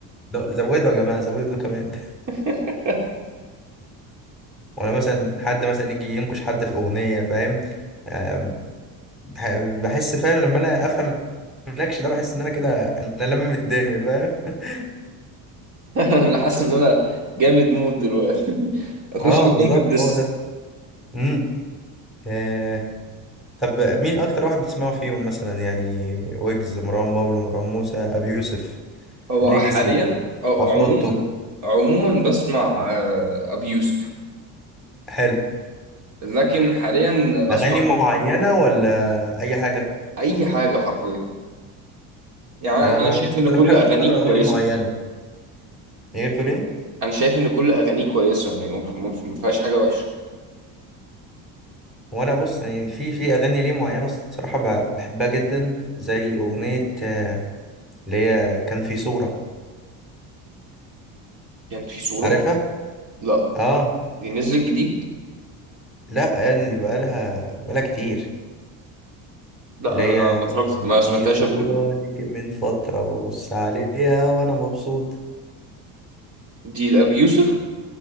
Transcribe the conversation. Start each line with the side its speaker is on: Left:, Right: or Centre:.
Centre: لو <laughs> زودوا يا جماعه زودوا كمان
Right: <laughs>
Centre: <laughs> ولا مثلا حد مثلا يجي ينكش حد في اغنيه فاهم آه، بح- بحس فاهم لما انا افهم النكش ده بحس ان انا كده انا لمم الدنيا فاهم <laughs>
Right: انا حاسس ان انا جامد مود دلوقتي <laughs> اخش
Centre: اه
Right: مكان
Centre: بالظبط
Right: في الدس
Centre: هو ده امم آه طب مين اكتر واحد بتسمعه فيهم مثلا يعني ويجز مروان بابلو مروان موسى ابي يوسف
Right: هو
Centre: ليجاسي
Right: حاليا او
Centre: عفروتو
Right: عموما عموما بسمع آه، ابي يوسف
Centre: حلو
Right: لكن حاليا بسمع
Centre: اغاني معينه ولا اي حاجه
Right: اي حاجه حرفيا يعني
Centre: انا
Right: انا شايف
Centre: ب...
Right: ان
Centre: انا
Right: كل
Centre: بحب
Right: اغانيك
Centre: اسمع له اغاني
Right: كويسه
Centre: معينه ايه بتقول ايه
Right: انا شايف ان كل اغانيك كويسه يعني ما ف- ما ف- ما فيهاش حاجه وحشه
Centre: وانا بص يعني في في اغاني ليه معينه الصراحه ب- بحبها جدا زي اغنيه آه، اللي هي كان في صوره
Right: كان في صوره
Centre: عارفها
Right: لا
Centre: اه
Right: دي نزلت جديد
Centre: لا يعني دي بقالها بقالها كتير
Right: لا
Centre: اللي
Right: انا
Centre: هي
Right: ما اتفرجت
Centre: كان
Right: ما
Centre: في
Right: سمعتهاش
Centre: صوره
Right: قبل كده
Centre: ليك من فتره ببص عليها وانا مبسوط
Right: دي لابي يوسف